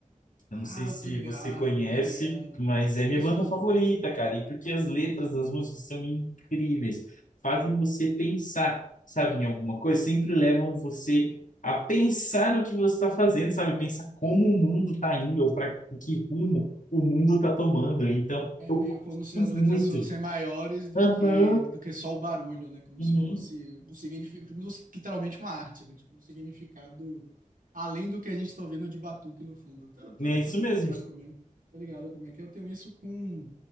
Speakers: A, on the left; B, on the right.
A: Eu
B: Ah,
A: não sei se
B: eu tô ligado,
A: você conhece,
B: tô ligado.
A: mas é minha
B: Conheço
A: banda
B: pouco.
A: favorita, cara. E porque as letras das músicas são incríveis, fazem você pensar, sabe, em alguma coisa, sempre levam você a pensar no que você está fazendo, sabe? Pensar como o mundo está indo, ou para que rumo o mundo está tomando. Então,
B: É
A: eu
B: meio como se
A: curto
B: as letras
A: muito.
B: fossem maiores do
A: Aham,
B: que, do que só o barulho, né? Como
A: uhum.
B: se fosse um significado, literalmente uma arte, né? Tipo, um significado além do que a gente está ouvindo de batuque no fundo. Tô, tô,
A: É
B: tô,
A: isso
B: tô,
A: mesmo.
B: tô ligado como é. Tô ligado como é que eu tenho isso com